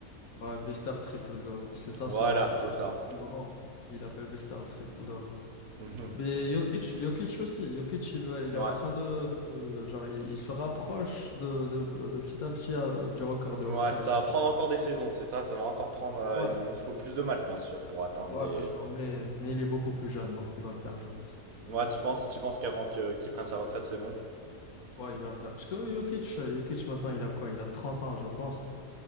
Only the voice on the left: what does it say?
ouais, Bister triple-double. C'est ça
son,
genre,
son nom. Il appelle Bister le triple-double.
Mais Jokic, Jokic aussi. Jokic, il, ouais, il
est en train de, de- genre, il, il se rapproche de, de, de petit à petit à- du record de
Russell
Westbrook.
Ouais,
ouais,
bien sûr, mais, mais il est beaucoup plus jeune, donc il va le faire, je pense.
Ouais, il va le faire. Parce que Jokic, euh, Jokic maintenant, il a quoi? Il a 30 ans, je pense.